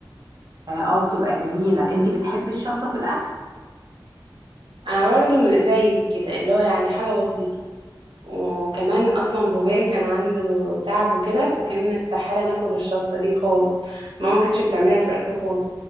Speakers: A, on the right; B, on the right.
A: اه آه، بتبقى جميلة انت بتحبي الشطة في الاكل
B: انا برضو من- زيك كده اللي هو يعني حاجه بسيطه وكمان اصلا بابايا كان عنده تعب وكده فكان استحاله ناكل الشطه دي خالص ماما كانتش بتعملها في الاكل خالص